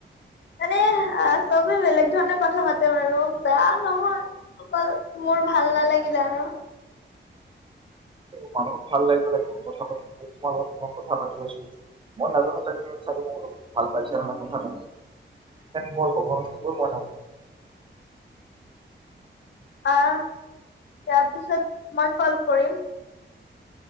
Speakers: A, on the left; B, on the right.
A: এনে চবে বেলেগ ধৰণে কথা পাতে বাৰু বেয়া নহয় অকল মোৰ ভাল নালাগিলে আৰু।
B: মানুহ ভাল লাগিব লাগিব মই কথা পাতি আছো মই নাজানো ত ভাল পাইছে কথা প মই কব মই ভো
A: আহ তাৰপিছত মই কল কৰিম।